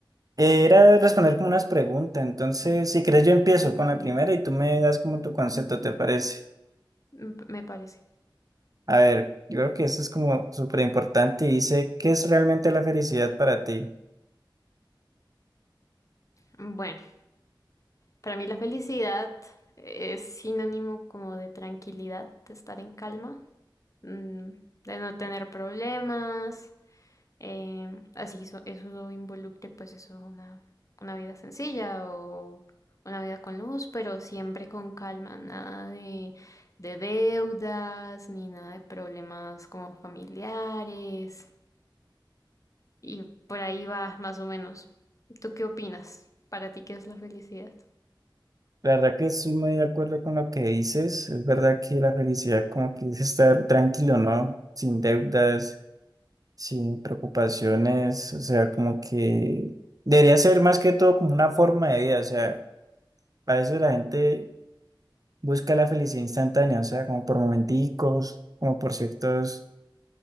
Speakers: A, on the right; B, on the left.
A: Eh, Era responder como unas preguntas, entonces si quieres yo empiezo con la primera y tú me das como tu concepto, ¿te parece?
B: m- me parece.
A: A ver, yo creo que esto es como súper importante y dice, ¿qué es realmente la felicidad para ti?
B: Bueno, para mí la felicidad es sinónimo como de tranquilidad, de estar en calma, mm, de no tener problemas Em, así eso, eso involucre pues eso, una, una vida sencilla o una vida con luz, pero siempre con calma, nada de, de deudas ni nada de problemas como familiares. Y por ahí va más o menos. ¿Tú qué opinas? ¿Para ti qué es la felicidad?
A: La verdad que estoy muy de acuerdo con lo que dices. Es verdad que la felicidad como que es estar tranquilo, ¿no? Sin deudas, sin preocupaciones. O sea, como que debería ser más que todo como una forma de vida. O sea, a veces la gente busca la felicidad instantánea, o sea, como por momenticos, como por ciertos